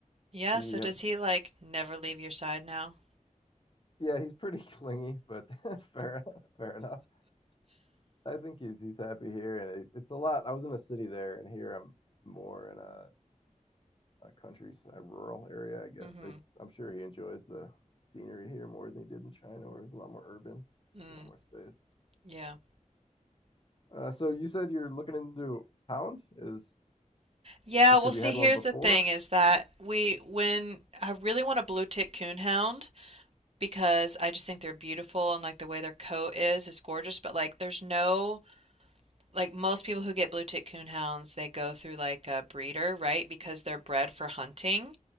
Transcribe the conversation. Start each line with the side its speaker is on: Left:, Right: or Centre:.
Right: Yeah,
Left: He
Right: so
Left: has
Right: does he like never leave your side now?
Left: Yeah, he's pretty clingy, but <laughs> fair fair enough. I think he's he's happy here, and it, it's a lot. I was in a city there, and here I'm more in a, a country, a rural area, I guess.
Right: Mm-hmm.
Left: I, I'm sure he enjoys the scenery here more than he did in China, where it's a lot more urban,
Right: Mm,
Left: a lot more space.
Right: yeah.
Left: Uh, so you said you're looking into hound is
Right: Yeah,
Left: just
Right: well
Left: because
Right: see,
Left: you had
Right: here's
Left: one before.
Right: the thing is that we when I really want a blue tick coonhound because I just think they're beautiful and like the way their coat is is gorgeous, but like there's no like most people who get blue tick coonhounds, they go through like a breeder, right? Because they're bred for hunting.